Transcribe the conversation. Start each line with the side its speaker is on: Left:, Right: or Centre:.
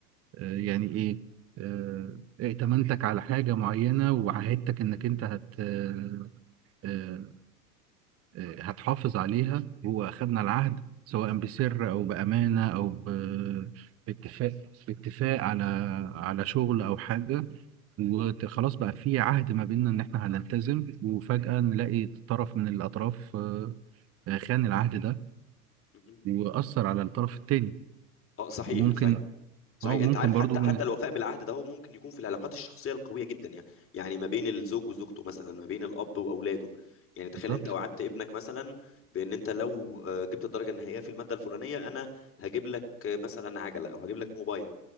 Right: آه يعني ايه آه ائتمنتك على حاجة معينة وعهدتك انك انت هت آه آه آه، هتحافظ عليها واخدنا العهد سواء بسر او بأمانة او ب- باتفاق باتفاق على على شغل او حاجة وخلاص بقى في عهد ما بيننا ان احنا هنلتزم وفجأة نلاقي طرف من الاطراف آه، آه، خان العهد ده
Left: م-
Right: وأثر على الطرف التاني
Left: اه صحيح
Right: وممكن
Left: صحيح صحيح
Right: اه ممكن
Left: انت عارف
Right: برضو
Left: حتى حتى الوفاء بالعهد ده هو ممكن يكون في العلاقات الشخصيه القويه جدا يعني يعني ما بين الزوج وزوجته مثلا ما بين الاب واولاده يعني تخيل
Right: بالظبط
Left: انت وعدت ابنك مثلا بان انت لو آه، جبت الدرجه النهائيه في الماده الفلانيه انا هجيب لك آه، مثلا عجله او هجيب لك موبايل